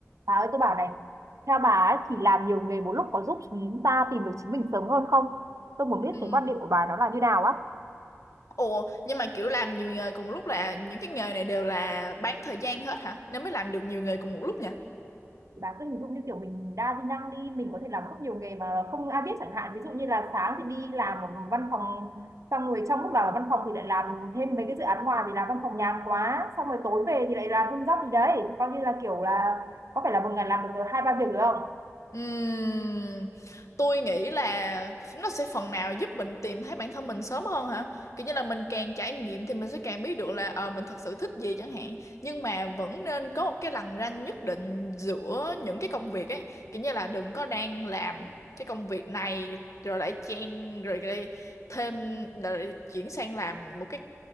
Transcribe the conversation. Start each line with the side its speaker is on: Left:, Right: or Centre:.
Right: Bà ơi tôi bảo này, theo bà ấy, thì làm nhiều nghề một lúc có giúp chúng ta tìm được chính mình sớm hơn không? Tôi muốn biết
Left: Ừ.
Right: cái quan điểm của bà nó là như nào á.
Left: Ủa, nhưng mà kiểu làm nhiều nghề cùng lúc là những cái nghề này đều là bán thời gian hết hả? Nên mới làm được nhiều nghề cùng một lúc nhỉ?
Right: Thì bà cứ hình dung như kiểu mình đa di năng đi, mình có thể làm rất nhiều nghề mà không ai biết chẳng hạn. Ví dụ như là sáng thì đi làm ở văn phòng, xong rồi trong lúc làm ở văn phòng thì lại làm thêm mấy cái dự án ngoài vì làm văn phòng nhàn quá. Xong rồi tối về thì lại làm thêm job gì đấy. Coi như là kiểu là có phải là một ngày làm được hai ba việc được không?
Left: Ừm, tôi nghĩ là nó sẽ phần nào giúp mình tìm thấy bản thân mình sớm hơn hả? Kiểu như là mình càng trải nghiệm thì mình sẽ càng biết được là ờ mình thật sự thích gì chẳng hạn. Nhưng mà vẫn nên có một cái lằn ranh nhất định giữa những cái công việc ấy. Kiểu như là đừng có đang làm cái công việc này rồi lại chen rồi lại thêm rồi chuyển sang làm một cái